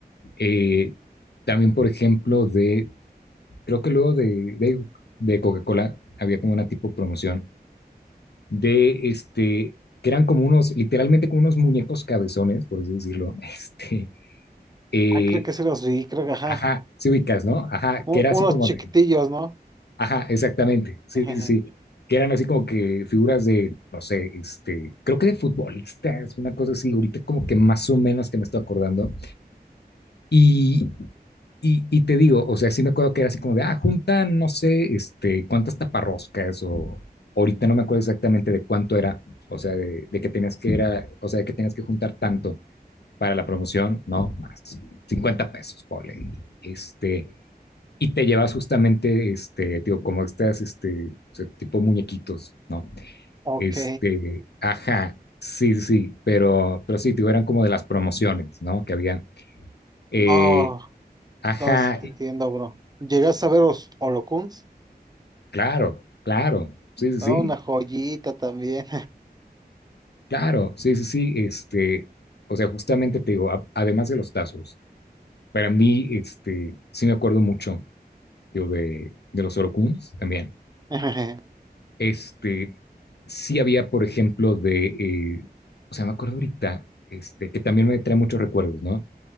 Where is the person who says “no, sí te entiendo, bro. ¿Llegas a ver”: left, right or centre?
Right